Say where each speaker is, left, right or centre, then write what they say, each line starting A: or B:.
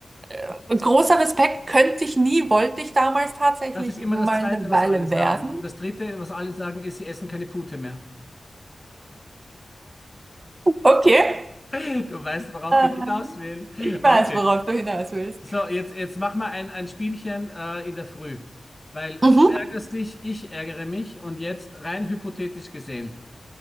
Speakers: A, on the right (about 35°); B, on the left (about 20°).
A: äh, großer Respekt könnte ich nie, wollte ich damals tatsächlich
B: Das ist immer
A: mal
B: das Zweite,
A: eine
B: was
A: Weile
B: alle sagen.
A: werden.
B: Und das Dritte, was alle sagen, ist, sie essen keine Pute mehr.
A: Okay.
B: <laughs> Du weißt, worauf
A: Äh,
B: ich hinaus will.
A: ich
B: Okay.
A: weiß, worauf du hinaus willst.
B: So, jetzt, jetzt mach mal ein, ein Spielchen äh, in der Früh. Weil
A: Mhm.
B: du ärgerst dich, ich ärgere mich und jetzt rein hypothetisch gesehen.